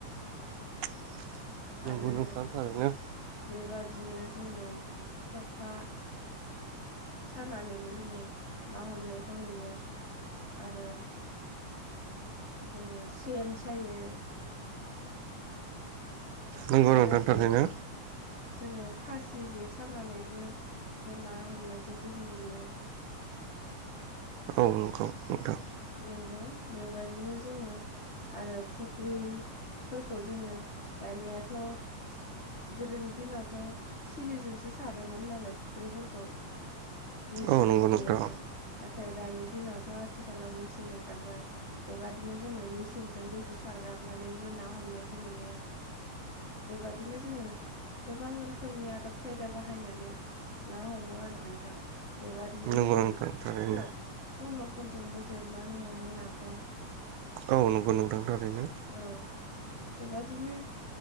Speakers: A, on the right; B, on the left.
A: <inaudible> नंगौ
B: आरो
A: नोंथां थारैनो
B: बेबादिनो जोङो ख'खा सानानैबो जोङो ना हमनायखौ नुयो आरो जोङो सेन सायो
A: नंगौ
B: आरो
A: नोंथां
B: बे
A: थारैनो
B: जोङो फासि जे सानानैबो बे ना हमनायखौ जों नुयो
A: औ नंगौ नोंथां
B: नंगौ बेबदिनो जोङो आरो फुख्रि फोरखौ जोङो दानियाथ' गोदोनि दिनावथ' सिलिजोंसो सारोमोन नालाय फुख्रिफोरखौ मेचिनबो
A: औ नंगौ
B: गैयामोन
A: नोंथां
B: नाथाय दानि दिनावथ' आथिखालाव मेचिन ओंखारबाय बेबादिनो जोङो मेचिनजों दैखौ सारगारनानैबो ना हमनायखौ नुयो बेबादिनो जोङो गोबां रोखोमनि आदब खायदा बाहायनानै ना हमो आरो नोंथां बेबादि दिनो
A: नंगौ
B: जोङो
A: नोंथां थारैनो
B: फ फल'फोरजोंबो जोबनानै हमो नाखौ
A: औ नंगौ नोंथां थारैनो
B: औ बेबादिनो